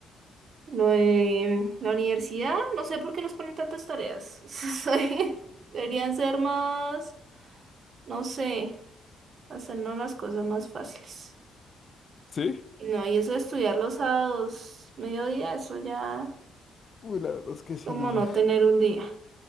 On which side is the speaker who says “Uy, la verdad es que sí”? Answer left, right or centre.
Left